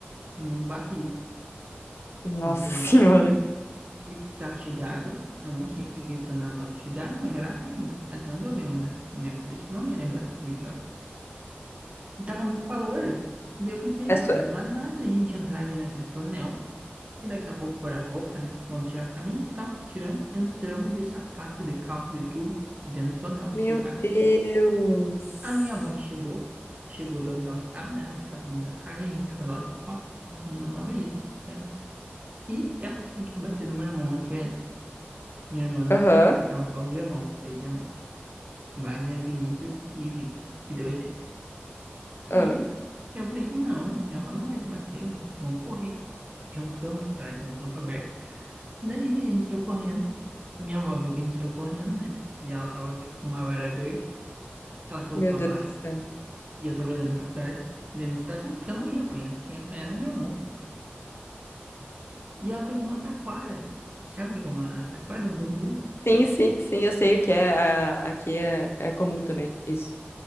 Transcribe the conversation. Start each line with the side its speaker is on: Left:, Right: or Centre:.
Right: num barril,
Left: Nossa
Right: num tonel
Left: Senhora.
Right: que tava cheio de água. Eu não sei porque aquele tonel tava cheio de água, mas era água limpa. Até onde eu lembro, né? Na minha cabeça eu não ia lembrar se podia. E Tava muito calor. Daí eu pensei,
Left: É
Right: ah,
Left: sua...
Right: não dá nada a gente entrar ali naquele tonel. E daqui a pouco pôr a roupa, né? Vamos tirar a camisa e tal. Tiramos, entramos de sapato, de calça, de tudo, dentro do tonel.
Left: Meu
Right: cheio d'água.
Left: Deus.
Right: A minha avó chegou, chegou de onde ela estava, né? Ela estava dentro da casa, a gente estava lá de fora. Falou que eu não acredito que éramos. E ela falou que ia bater do meu irmão mais velho. Minha irmã não
Left: Aham.
Right: estava, né? estava só os irmãos, três irmãos. Wagner, Vinícius e Vitor, que deu a ideia.
Left: Ah,
Right: Aí eu falei assim, não, minha avó não vai te bater, Wagner, vamos correr. Tinha um campo atrás, um campo aberto. Daí a gente ia correndo. Minha avó viu que a gente ia correndo, né? E ela tava tipo com uma vara verde. Ela soltou
Left: meu Deus
Right: a vara.
Left: do céu.
Right: E eu tava olhando pra trás, vendo a situação, porque eu não ia apanhar. Quem ia apanhar era meu irmão. E ela pegou uma taquara. Sabe o que que é uma taquara? Um bambu
Left: Sim, sim, sim, eu sei o que é. a- Aqui é, é comum também, isso.